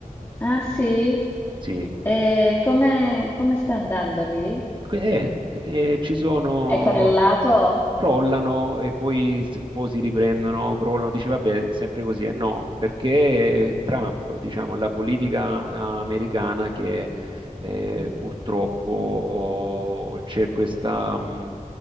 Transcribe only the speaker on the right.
Sì,
Eh, e ci sono
crollano e poi s- un po' si riprendono, crollano, dice vabbè, sempre così, eh, no, perché Trump, diciamo, la politica americana che eh, purtroppo oh, c'è questa, mh,